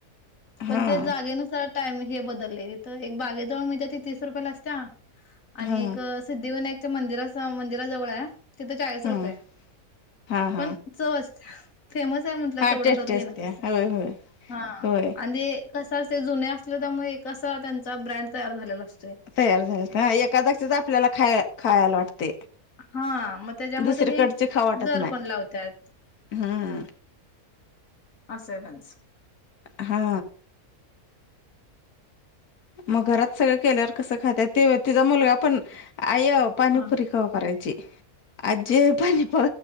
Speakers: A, on the left; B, on the left.
A: पण
B: हां
A: त्या जागेनुसार टाइम हे बदललेली तर एक बागेजवळ मिळत्या ती तीस रुपयाला असत्या. आणि
B: हां
A: एक सिद्धिविनायकच्या मंदिरा मंदिराजवळ आहे तिथ चाळीस
B: हां
A: रुपये
B: हां
A: पण
B: हां
A: चव फेमस आहे.
B: हां
A: तेवढा
B: टेस्टी
A: दर घेणारच
B: असत्या
A: त्यांनी.
B: होय होय
A: हा
B: होय
A: आणि कस ते जुने असतील त्यामुळे एक असा त्यांचा ब्रँड तयार झालेला असतो.
B: तयार झालेला ना एका जागीचेच आपल्याला खा खायला वाटते.
A: हा मग त्याच्यामध्ये
B: दुसरीकडची
A: त्यांनी
B: खाऊ वाटत
A: दर
B: नाही
A: पण लावत्यात.
B: हम्म.
A: असं आहे त्यांचं.
B: हा मग घरात सगळं केल्यावर कसं खात्यात ते तिचा मुलगा पण आय पाणीपुरी
A: हा.
B: कवा करायची. आजे पाणीपु